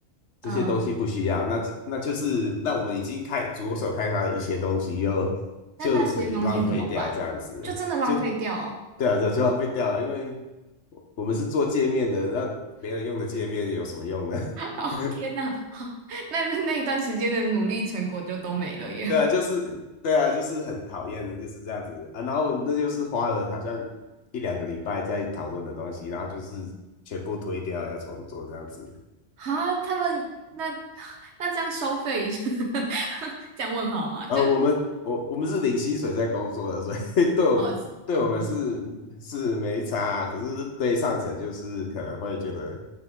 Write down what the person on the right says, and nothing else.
嗯，
那那些东西怎么办？
就真的浪费掉哦。
<laughs> 哦，
天哪，<laughs> 那那一段时间的努力成果就都没了耶。
哈，他们那 <laughs> 那这样收费 <laughs> 这样问好吗？就是
哦哦，